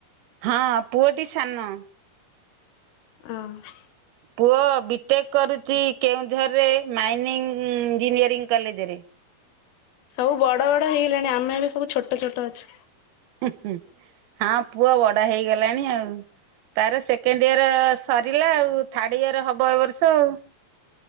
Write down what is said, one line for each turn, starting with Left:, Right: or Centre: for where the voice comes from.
Right: ହଁ ପୁଅଟି ସାନ।
Left: ଅନ।
Right: ପୁଅ ବିଟେକ୍ କରୁଛି କେଉଁଝରରେ ମାଇନିଂ ଇଞ୍ଜିନିୟରିଂ କଲେଜରେ।
Left: ସବୁ ବଡ଼ ବଡ଼ ହେଇଗଲେଣି ଆମେ ଏବେ ସବୁ ଛୋଟ ଛୋଟ ଅଛୁ।
Right: ଉଁହୁଁ ପୁଅ ବଡ ହେଇଗଲାଣି ଆଉ। ତାର ସେକେଣ୍ଡ ଇୟର ସରିଲା ଆଉ ଥାର୍ଡ ଇୟର ହବ ଏ ବର୍ଷ ଆଉ।